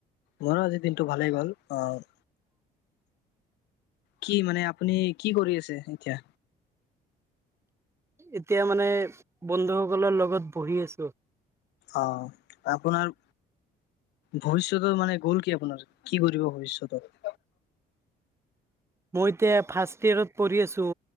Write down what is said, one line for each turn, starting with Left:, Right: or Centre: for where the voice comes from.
Left: মোৰো আজি দিনটো ভালেই গ'ল, অ'। কি মানে আপুনি কি কৰি আছে এতিয়া?
Right: এতিয়া মানে বন্ধুসকলৰ লগত বহি আছোঁ।
Left: অ', আপোনাৰ ভৱিষ্যতৰ মানে গ'ল কি আপোনাৰ? কি কৰিব ভৱিষ্যতত?
Right: মই এতিয়া ফাৰ্ষ্ট ইয়েৰত পঢ়ি আছোঁ,